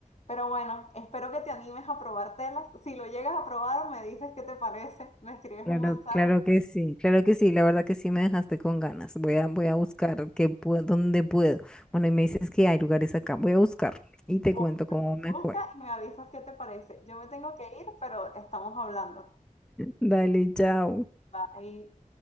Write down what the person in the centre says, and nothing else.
Claro,
claro que sí, claro que sí, la verdad que sí me dejaste con ganas. Voy a, voy a buscar qué puedo, dónde puedo. Bueno, y me dices que hay lugares acá, voy a buscar y te cuento
cómo me
fue.
Dale, chao.